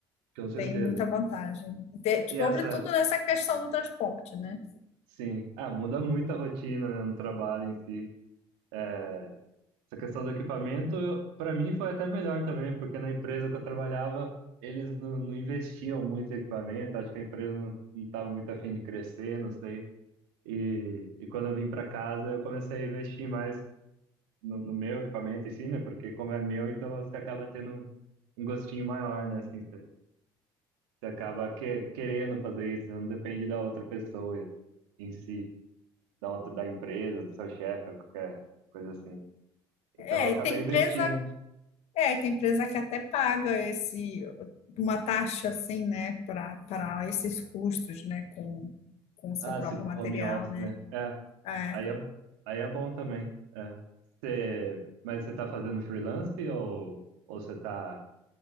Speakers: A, on the right (about 85°); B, on the left (about 70°).
A: com certeza.
B: tem muita vantagem. De-
A: E
B: sobretudo
A: essa,
B: nessa questão do transporte, né?
A: sim. Ah, muda muito a rotina, né, no trabalho em si. É, Essa questão do equipamento, para mim, foi até melhor também, porque na empresa que eu trabalhava, eles não, não investiam muito em equipamento. Acho que a empresa não estava muito afim de crescer, não sei. E, e quando eu vim para casa, eu comecei a investir mais no, no meu equipamento em si, né? Porque como é meu, então você acaba tendo um, um gostinho maior, né? Assim, você, você acaba que, querendo fazer isso, né? não depende da outra pessoa em si, da outra, da empresa, do seu chefe, ou qualquer coisa assim. Então
B: É,
A: eu acabei
B: tem
A: investindo.
B: empresa, é, tem empresa que até paga esse uma taxa assim, né, para para esses custos, né, com com o seu
A: Ah,
B: próprio
A: se ficou
B: material,
A: home office,
B: né?
A: né? É,
B: É.
A: aí é, aí é bom também. É. Você, mas você tá fazendo freelance ou, ou você tá